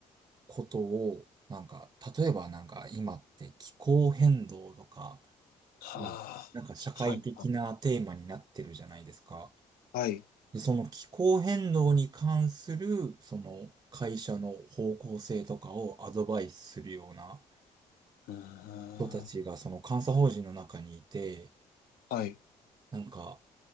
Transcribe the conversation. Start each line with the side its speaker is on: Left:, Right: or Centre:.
Right: ことを、なんか、例えばなんか、今って気候変動とか、
Left: はあ。
Right: うんなんか社会的なテーマになってるじゃないですか。
Left: はい。はい。はい。
Right: でその気候変動に関する、その会社の方向性とかをアドバイスするような
Left: うん。
Right: 人たちがその監査法人の中にいて、
Left: はい。
Right: なんか